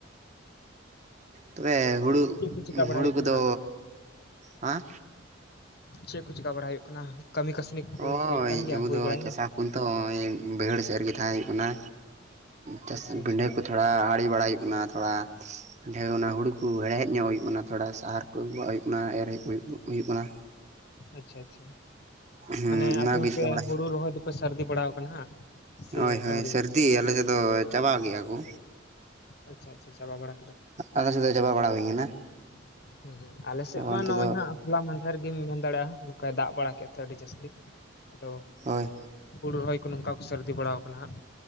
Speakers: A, on the right; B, on the left.
A: ᱛᱚᱵᱮ ᱦᱩᱲᱩᱜ
B: ᱪᱮᱫ ᱠᱚ ᱪᱮᱠᱟ ᱵᱟᱲᱟᱭ
A: ᱦᱩᱲᱩ
B: ᱦᱩᱭᱩᱜ
A: ᱠᱚᱫᱚ
B: ᱠᱟᱱᱟ
A: ᱦᱟᱸ
B: ᱪᱮᱜ ᱠᱚ ᱪᱤᱠᱟ ᱵᱟᱲᱟ ᱦᱩᱭᱩᱜ ᱠᱟᱱᱟ ᱠᱟᱹᱢᱤ ᱠᱟᱹᱥᱱᱤ ᱠᱚ
A: ᱦᱚᱭ
B: ᱦᱩᱭᱩᱜ ᱠᱟᱱ ᱜᱮᱭᱟ
A: ᱟᱵᱚ
B: ᱦᱩᱭ
A: ᱫᱚ
B: ᱵᱟᱲᱟᱭᱮᱱᱟ
A: ᱪᱟᱥᱟ ᱩᱱᱛᱚ ᱦᱚᱸᱜᱼᱚᱭ ᱵᱟᱹᱭᱦᱟᱹᱲ ᱥᱮᱫ ᱨᱮᱜᱮ ᱛᱟᱦᱮᱸ ᱦᱩᱭᱩᱜ ᱠᱟᱱᱟ ᱪᱟᱥ
B: ᱟᱪᱪᱷᱟ
A: ᱵᱤᱸᱰᱷᱟᱹ
B: ᱟᱪᱪᱷᱟ
A: ᱠᱚ ᱛᱷᱚᱲᱟ ᱟᱹᱲᱤ ᱵᱟᱲᱟᱭ ᱦᱩᱭᱩᱜ ᱠᱟᱱᱟ ᱛᱷᱚᱲᱟ ᱦᱮᱸ ᱚᱱᱟ ᱦᱩᱲᱩ ᱠᱚ ᱦᱮᱲᱦᱮᱫ ᱧᱚᱜ ᱦᱩᱭᱩᱜ ᱠᱟᱱᱟ ᱛᱷᱚᱲᱟ ᱥᱟᱦᱟᱨ ᱠᱚ ᱟᱹᱜᱩᱣᱟᱜ ᱦᱩᱭᱩᱜ ᱠᱟᱱᱟ ᱮᱨ ᱦᱮᱡ ᱦᱩᱭᱩᱜ ᱦᱩᱭᱩᱜ ᱠᱟᱱᱟ ᱾
B: ᱟᱪᱪᱷᱟ ᱟᱪᱪᱷᱟ
A: ᱦᱩᱸ
B: ᱢᱟᱱᱮ
A: ᱚᱱᱟᱜᱮ
B: ᱟᱯᱮ ᱦᱚᱸᱯᱮ
A: ᱪᱤᱠᱟᱹ ᱵᱟᱲᱟᱭ
B: ᱦᱩᱲᱩ ᱨᱚᱦᱚᱭ ᱫᱚᱯᱮ ᱥᱟᱹᱨᱫᱤ ᱵᱟᱲᱟ ᱟᱠᱟᱱᱟ ᱦᱟᱸᱜ᱾ ᱥᱮ
A: ᱦᱳᱭ ᱦᱳᱭ
B: ᱟᱹᱣᱨᱤ
A: ᱥᱟᱹᱨᱫᱤ ᱟᱞᱮᱥᱮᱫ ᱫᱚ ᱪᱟᱵᱟ ᱠᱮᱜᱟ ᱠᱚ᱾
B: ᱟᱪᱪᱷᱟ ᱟᱪᱪᱷᱟ ᱪᱟᱵᱟ ᱵᱟᱲᱟ
A: ᱟᱫᱷᱟ ᱥᱮᱫ ᱫᱚ ᱪᱟᱵᱟ ᱵᱟᱲᱟ ᱦᱩᱭ ᱠᱟᱱᱟ
B: ᱦᱩᱸ ᱦᱩᱸ ᱟᱞᱮ ᱥᱮᱫ
A: ᱟᱵᱟᱨ
B: ᱢᱟ
A: ᱱᱤᱛᱚᱜ
B: ᱱᱚᱜᱼᱚᱭ
A: ᱫᱚ
B: ᱦᱟᱸᱜ᱾ ᱦᱚᱞᱟ ᱢᱟᱫᱷᱮᱨ ᱜᱤᱢ ᱢᱮᱱ ᱫᱟᱲᱮᱜᱼᱟ ᱱᱚᱝᱠᱟᱭ ᱫᱟᱜ ᱵᱟᱲᱟ ᱠᱮᱫ ᱛᱮ ᱟᱹᱰᱤ ᱡᱟᱹᱥᱛᱤ᱾ ᱟᱫᱚ
A: ᱦᱳᱭ
B: ᱦᱩᱲᱩ ᱨᱚᱦᱚᱭ ᱠᱚ ᱱᱚᱝᱠᱟ ᱠᱚ ᱥᱟᱹᱨᱫᱤ ᱵᱟᱲᱟᱣ ᱠᱟᱱᱟ ᱦᱟᱸᱜ,